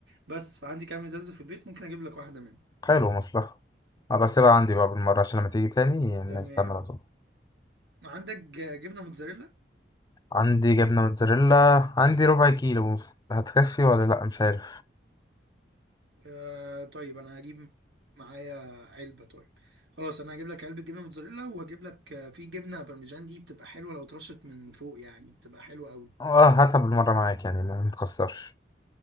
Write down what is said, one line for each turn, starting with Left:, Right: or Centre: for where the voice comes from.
Right: بس فعندي كام ازازة في البيت ممكن اجيب لك واحدة منهم
Left: حلو مصلحة أبقى أسيبها عندي بقى بالمرة عشان لما تيجي تاني الناس
Right: تمام
Left: تعمل على طول
Right: عندك ج- جبنة موتزاريلا
Left: عندي جبنة موتزاريلا عندي ربع كيلو هتكفي ولا لأ مش عارف
Right: آه طيب انا هجيب معايا علبه طيب خلاص انا هجيب لك علبه جبنه موتزاريلا وهجيب لك آه، في جبنه بارميجان دي بتبقى حلوه لو اترشت من فوق يعني بتبقى حلوه قوي
Left: اه هاتها بالمرة معاك يعني ما متخسرش